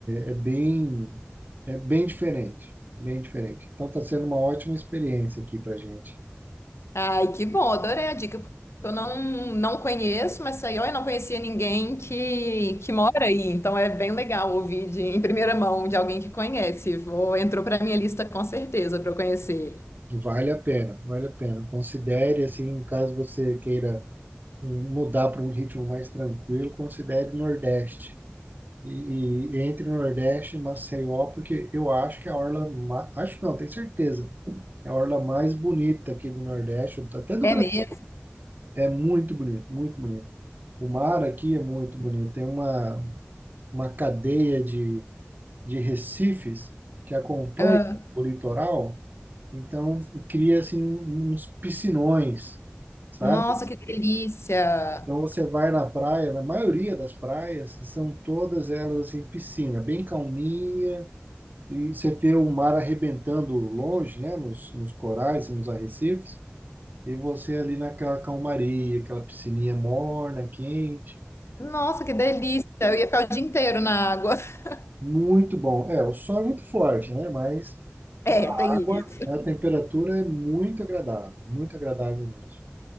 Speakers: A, on the right; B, on the left.
A: é, é bem, é bem diferente, bem diferente. Então está sendo uma ótima experiência aqui para gente.
B: Ai, que bom, adorei a dica, porque eu não, não conheço, mas saiu eu não conhecia ninguém que, que mora aí, então é bem legal ouvir de, em primeira mão de alguém que conhece. Vou, entrou para minha lista com certeza para eu conhecer.
A: Vale a pena, vale a pena. Considere assim, caso você queira um- mudar para um ritmo mais tranquilo, considere Nordeste. E, e entre Nordeste e Maceió, porque eu acho que é a orla, ma- acho não, tenho certeza, é a orla mais bonita aqui do Nordeste, até do
B: É
A: Brasil.
B: mesmo?
A: É muito bonito, muito bonito. O mar aqui é muito bonito. Tem uma, uma cadeia de, de recifes que acompanha
B: Ah,
A: o litoral, então cria assim um- uns piscinões, sabe?
B: nossa, que delícia!
A: Então você vai na praia, na maioria das praias, são todas elas assim piscina, bem calminha, e você vê o mar arrebentando longe, né, nos, nos corais, nos arrecifes, e você ali naquela calmaria, aquela piscininha morna, quente.
B: Nossa, que delícia! Eu ia ficar o dia inteiro na água. <laughs>
A: Muito bom. É, o sol é muito forte, né? Mas
B: É,
A: a
B: tem
A: água,
B: isso.
A: a temperatura é muito agradável, muito agradável mesmo.